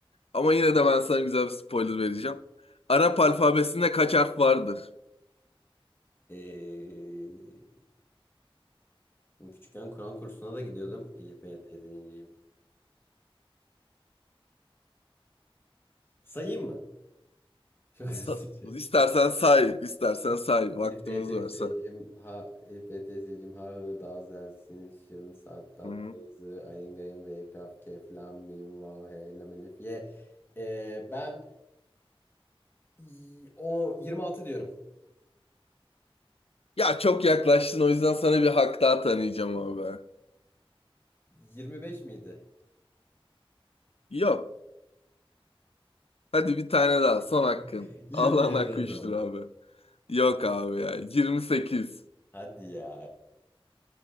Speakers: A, on the left (about 85°); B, on the left (about 25°).
A: Ama yine de ben sana güzel bir spoiler vereceğim. Arap alfabesinde kaç harf vardır?
B: Ee, şimdi küçükken Kur'an kursuna da gidiyordum. Elif Bey dediğim. gibi. Sayayım mı? <laughs> Çok hızlıca.
A: Sa- İstersen say, istersen say. Vaktimiz
B: Elif B teyzeciğim
A: var say.
B: ha Elif B teyzeciğim ha hı davzelsin şın sat tat
A: Hı hı.
B: tızı ayın gayın ve kaf kef lam mim vav hey lam elif ye ee, ben y- o 26 diyorum
A: Ya çok yaklaştın o yüzden sana bir hak daha tanıyacağım abi.
B: 25 miydi
A: Yok. Hadi bir tane daha. Son
B: <laughs>
A: hakkın.
B: 27
A: Allah'ın hakkı
B: o
A: 3'tür
B: zaman
A: abi. Yok abi ya. 28.
B: hadi ya